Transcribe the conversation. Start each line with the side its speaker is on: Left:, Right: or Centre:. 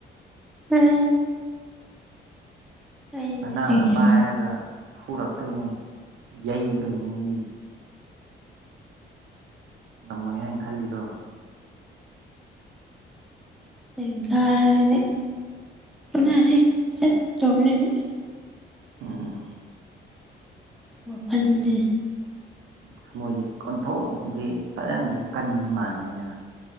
Centre: ꯑꯥꯏ ꯑꯩ
Right: ꯅꯅꯥꯗꯨ
Centre: ꯃꯆꯤꯡ
Right: ꯄꯥꯏꯔꯒ ꯐꯨꯔꯛꯇꯣꯏꯅꯦ ꯌꯩꯗꯣꯏꯅꯦ ꯑꯩꯗꯤ ꯉꯝꯃꯣꯏ ꯍꯥꯏꯟ ꯈꯜꯂꯤꯔꯣ
Centre: <unintelligible> ꯍꯥꯏꯗꯤ <unintelligible>
Right: ꯎꯝ
Centre: ꯋꯥꯈꯟꯖꯦ
Right: ꯊꯝꯃꫭꯏꯗꯤ ꯑꯣꯟꯊꯣꯛꯅꯗꯤ ꯐꯖꯅꯗꯤ ꯀꯟꯕ ꯃꯥꯜꯂꯤꯅꯦ